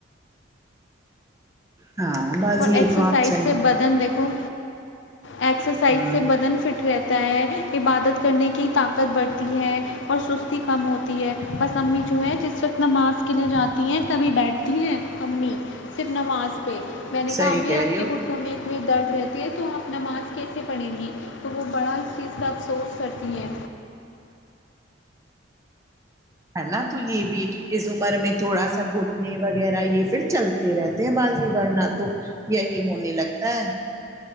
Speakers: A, on the right (about 15°); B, on the left (about 70°).
A: ہاں ہاں باجی
B: اور ایکسرسائز
A: یہ تو آپ صحیح
B: سے بدن
A: کہ
B: دیکھو ایکسرسائز
A: ہاں
B: سے بدن فٹ رہتا ہے عبادت کرنے کی طاقت بڑھتی ہے اور سستی کم ہوتی ہے بس امی جو ہے جس وقت نماز کے لیے جات ی ہیں تبھی بیٹھتی ہیں امی صرف نماز پہ میں نے
A: صحیح
B: کہا امی
A: کہہ
B: آپ
A: رہی
B: کے
A: ہو
B: گ ھٹنوں میں اتنی درد رہتی ہے تو ہم نماز کیسے پڑیں گی تو وہ بڑا اس چیز کا افسوس کرتی ہیں
A: ہے نا تو یہ بھی اس عمر میں تھوڑا سا گھٹنے وغیرہ یہ پھر چل تے رہتے ہیں بازی ورنا تو یہی ہونے لگتا ہے